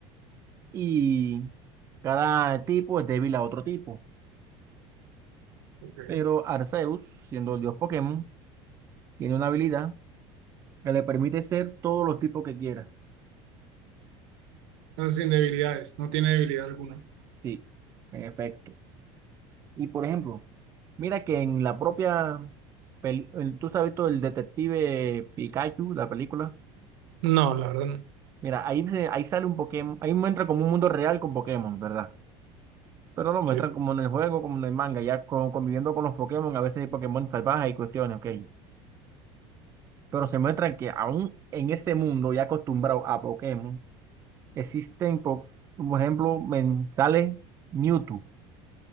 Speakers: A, on the right; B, on the right.
A: y cada tipo es débil a otro tipo.
B: Ok.
A: Pero Arceus, siendo el dios Pokémon, tiene una habilidad que le permite ser todos los tipos que quiera.
B: Entonces, sin debilidades, no tiene debilidad alguna.
A: Sí, en efecto. Y por ejemplo, mira que en la propia, peli- el- tú sabes todo el detective Pikachu, la película.
B: No, la verdad no.
A: Mira, ahí, se- ahí sale un Pokémon, ahí muestra como un mundo real con Pokémon, ¿verdad? Pero lo muestran
B: Sí.
A: como en el juego, como en el manga, ya con- conviviendo con los Pokémon, a veces hay Pokémon salvajes y cuestiones, ok. Pero se muestra que aún en ese mundo ya acostumbrado a Pokémon, existen, po- por ejemplo, men- sale Mewtwo.